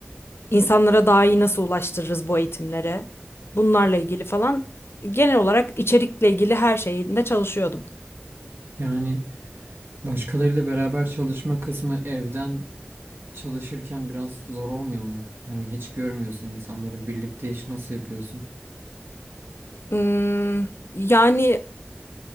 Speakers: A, on the left; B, on the right.
A: insanlara daha iyi nasıl ulaştırırız bu eğitimlere, bunlarla ilgili falan. Genel olarak içerikle ilgili her şeyinde çalışıyordum.
B: Yani başkalarıyla beraber çalışma kısmı evden çalışırken biraz zor olmuyor mu? Hani hiç görmüyorsun insanları birlikte iş nasıl yapıyorsun?
A: Hmm, yani